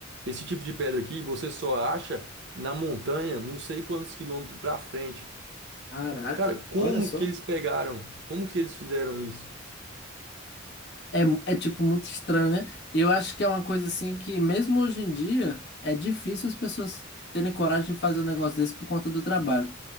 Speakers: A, on the right; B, on the left.
A: Esse tipo de pedra aqui você só acha na montanha, não sei quantos quilômetros pra frente.
B: Caraca,
A: Cara, como
B: olha só.
A: que eles pegaram? Como que eles fizeram isso?
B: É, mu- é, tipo, muito estranho, né? E eu acho que é uma coisa assim que, mesmo hoje em dia, é difícil as pessoas terem coragem de fazer um negócio desse por conta do trabalho.